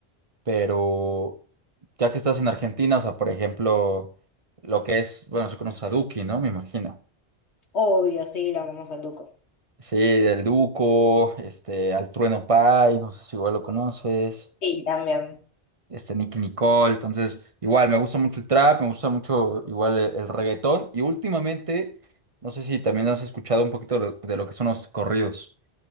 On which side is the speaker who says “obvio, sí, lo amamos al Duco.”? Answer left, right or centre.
Left